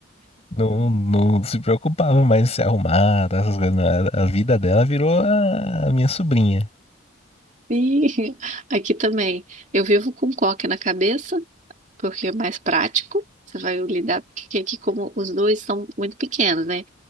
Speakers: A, on the left; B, on the right.
A: Não, não se preocupava mais em se arrumar, tá, essas coisas. não. A a vida dela virou a a minha sobrinha.
B: E <laughs> aqui também, eu vivo com coque na cabeça. porque é mais prático. Você vai lidar, porque aqui como os dois são muito pequenos, né?